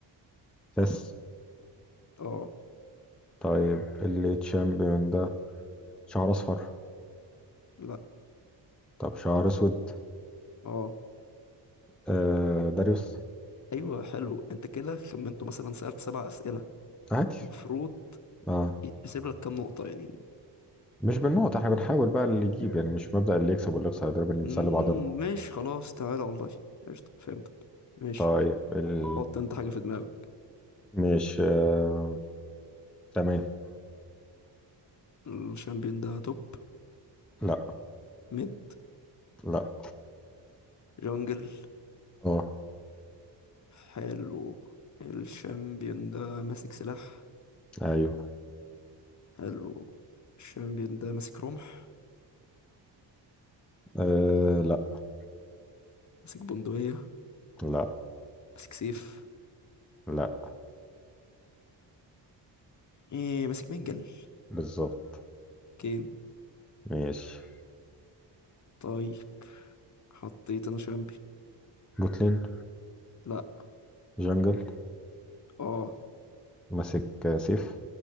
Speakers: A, in the centre; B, on the left (about 40°).
A: فاس
B: اه
A: طيب التشامبيون ده شعر اصفر
B: لا
A: طب شعر اسود
B: اه
A: آه... داريوس
B: أيوه حلو أنت كده خمنته مثلا سألت سبع أسئلة
A: عادي
B: المفروض
A: اه
B: يتحسب لك كام نقطة يعني
A: مش بالنقط احنا بنحاول بقى اللي يجيب يعني مش مبدأ اللي يكسب واللي يخسر ده بنسلي
B: مم...
A: بعضنا
B: ماشي خلاص تعالى والله قشطة فهمتك ماشي
A: طيب ال...
B: حط أنت حاجة في دماغك
A: مش آه... تمام
B: الشامبيون ده توب
A: لا
B: ميد
A: لا
B: جونجل
A: اه
B: حلو الشامبيون ده ماسك سلاح
A: ايوه
B: حلو الشامبيون ده ماسك رمح
A: آه... لا
B: ماسك بندقية
A: لا
B: ماسك سيف
A: لا
B: ايه ماسك منجل
A: بالظبط
B: كين
A: ماشي
B: طيب حطيت انا شامبيون
A: جوتلين
B: لا
A: جنجل
B: اه
A: ماسك سيف